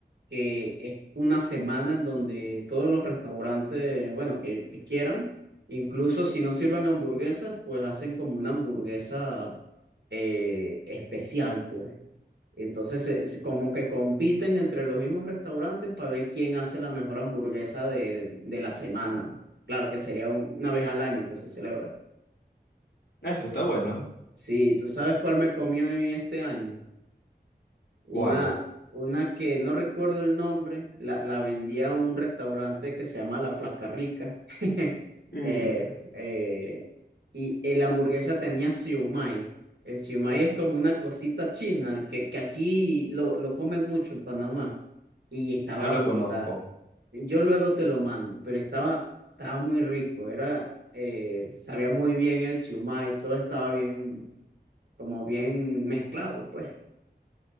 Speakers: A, on the right; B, on the left.
A: que es una semana en donde todos los restaurantes, bueno, que, que quieran, incluso si no sirven hamburguesas, pues hacen como una hamburguesa eh, especial, pues. Entonces, se- se- como que compiten entre los mismos restaurantes para ver quién hace la mejor hamburguesa de, de, de la semana. Claro que sería un- una vez al año que se celebra.
B: Ah, eso está bueno.
A: Sí, ¿tú sabes cuál me comió en este año? Una,
B: ¿Cuál?
A: una que no recuerdo el nombre, la, la vendía a un restaurante que se llama La Flaca Rica. <laughs>
B: Mm,
A: Eh, eh, y el hamburguesa tenía siumay. El siumay es como una cosita china que, que aquí lo, lo comen mucho en Panamá. Y estaba
B: no la
A: brutal.
B: conozco.
A: Yo luego te lo mando, pero estaba, estaba muy rico. Era, eh, sabía muy bien el siumay, todo estaba bien como bien mezclado, pues.